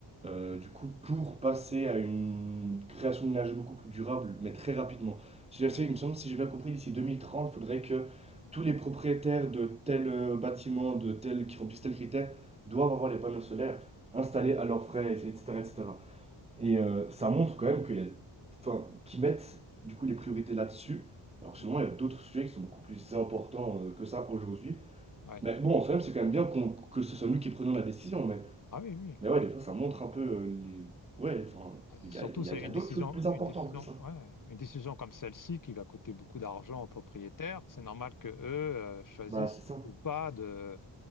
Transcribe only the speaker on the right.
euh, du coup pour passer à une création d'énergie beaucoup plus durable, mais très rapidement. C'est-à-dire,
c'est- il me semble, si j'ai bien compris, d'ici 2030, il faudrait que tous les propriétaires de tel euh, bâtiment, de tel qui remplissent tel critère, doivent avoir les panneaux solaires installés à leurs frais, etc., etc. Et heu, ça montre quand même qu'il y a enfin, qu'ils mettent, du coup, les priorités là-dessus, alors que
selon moi, il y a d'autres sujets qui sont beaucoup plus importants, heu, que ça aujourd'hui.
Mais bon, en soi c'est quand même bien qu'on que ce soit nous qui prenions la décision, mais
mais ouais, des fois, ça montre un peu, heu, les ouais, enfin, les gars,
il
y a il y a
d'autres
choses plus importantes
que ça.
Bah, c'est ça.